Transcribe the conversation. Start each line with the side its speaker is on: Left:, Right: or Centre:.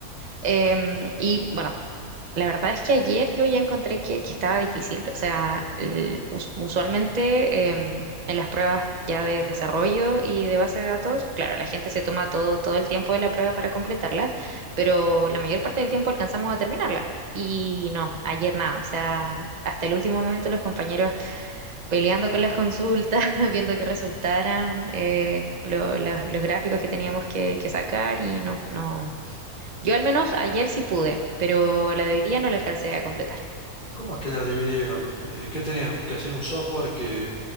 Right: Em, y bueno, la verdad es que ayer yo ya encontré que, que estaba difícil. O sea, el- us- usualmente em, en las pruebas ya de desarrollo y de base de datos, claro, la gente se toma todo, todo el tiempo de la prueba para completarlas, pero la mayor parte del tiempo alcanzamos a terminarlas. Y no, ayer nada. O sea, hasta el último momento los compañeros peleando con las consultas, <laughs> viendo que resultaran eh, lo- las- los gráficos que teníamos que, que sacar y no, no. Yo al menos ayer sí pude, pero la de hoy día no la alcancé a completar.
Left: ¿cómo es que la dividieron? Eh, ¿qué tenías que hacer un software que